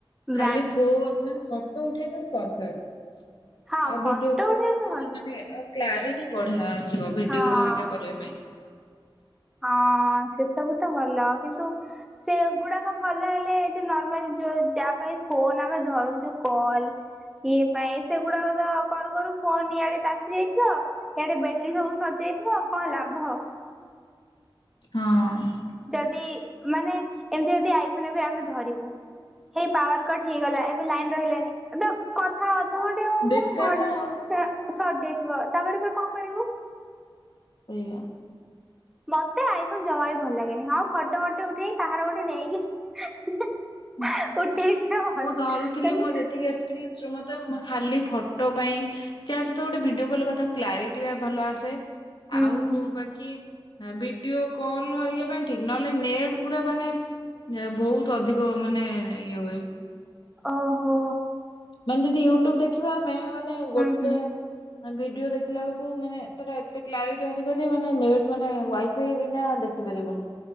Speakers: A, on the left; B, in the centre.
A: ଖାଲି
B: ବ୍ରାଣ୍ଡ
A: ଫୋନ୍ ମାନେ ଫଟୋ ଉଠେଇବା ପରଫେକ୍ଟ।
B: ହଁ
A: ଆଉ
B: ଫଟୋ
A: ଭିଡ଼ିଓ କଲ
B: ଉଠେଇବାକୁ
A: ଘରିକା ମାନେ କ୍ଲାରିଟି ବଢ଼ିଆ ଆସିବ ଭିଡ଼ିଓ
B: ହଁ।
A: ଘରିକା କରିବା ପାଇଁ।
B: ହଁ ସେ ସବୁ ତ ଭଲ, କିନ୍ତୁ ସେଗୁଡ଼ାକ ଭଲ ହେଲେ ଯଉ ନର୍ମାଲ ଯାହା ପାଇଁ ଫୋନ ଆମେ ଧରୁଚୁ କଲ ଇଏ ପାଇଁ ସେଗୁଡ଼ାକ ତ କରୁ କରୁ ଫୋନ ଇଆଡ଼େ ତାତି ଯାଇଥିବ। ଇଆଡ଼େ ବ୍ୟାଟେରୀ ସବୁ ସରି ଯାଇଥିବ ଆଉ କଣ ଲାଭ।
A: ହଁ।
B: ଯଦି ମାନେ ଏମିତି ଯଦି ଆଇଫୋନ ଏବେ ଆମେ ଧରିବୁ, ହେଇ ପାୱାରକଟ ହେଇଗଲା ଏବେ ଲାଇନ ରହିଲାନି ତ କଥା ଅଧଘଣ୍ଟେ ହଉହଉ
A: ବେକାର
B: ଘ-ଟ
A: ନା ଆଉ
B: ସରିଯାଇଥିବ ତାପରେ ପରେ କଣ କରିବୁ।
A: ସେଇଆ।
B: ମତେ ଆଇଫୋନ ଜମା ବି ଭଲ ଲାଗେନି। ହଁ ଫଟବଟ ଉଠେଇ କାହାର ଗୋଟେ ନେଇକି <unintelligible>
A: ହୁଁ।
B: <unintelligible> ଉଠେଇ ଦିଅ ଭଲ।
A: ମୁଁ ଧରୁଥିଲି
B: ତମେ
A: ମୋ <unintelligible> ମତେ ଖାଲି ଫଟୋ ପାଇଁ ଯା ସହିତ ଗୋଟେ ଭିଡିଓ କଲ କଥା କ୍ଲାରିଟି ଭଲ ଆସେ।
B: ହୁଁ
A: ଆଉ
B: ହୁଁ
A: ବଟ୍ କି ଭିଡିଓ କଲ ଘରିକା କରିବାର ପାଇଁ ଠିକି ନହେଲେ ନେଟ୍ ପୁରା ମାନେ ବହୁତ ଅଧିକ ମାନେ ଇଏ ହୁଏ।
B: ଓଃ ହୋ।
A: ମାନେ ଯଦି ୟୁଟ୍ୟୁବ ଦେଖିବା ଆମେ ମାନେ ଗୋଟେ
B: ହୁଁ ହୁଁ
A: ଭିଡିଓ ଦେଖିଲା ବେଳକୁ ମାନେ ତାର ଏତେ କ୍ଲାରିଟି ଅଧିକ ଯେ ମାନେ ନେଟ୍ ମାନେ ୱାଇଫାଇ ବିନା ଦେଖି ଦେଖିପାରିବୁନୁ